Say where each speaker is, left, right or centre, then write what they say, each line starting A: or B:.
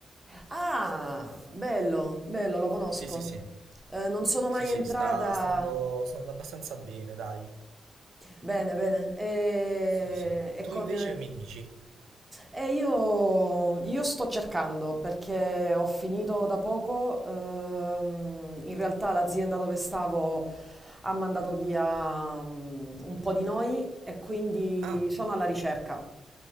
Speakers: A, on the right (about 20°); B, on the right (about 85°).
A: Ah, bello, bello, lo conosco.
B: Sì, sì, sì.
A: Eh, non sono
B: Sì,
A: mai
B: sì,
A: entrata.
B: sta, sta andando, sta andando abbastanza bene, dai.
A: Bene, bene. E,
B: Sì, sì.
A: e
B: Tu
A: come...
B: invece mi dici?
A: E io, io sto cercando perché ho finito da poco, ehm, in realtà l'azienda dove stavo ha mandato via mm, un po' di noi e quindi
B: Ah,
A: sono alla ricerca.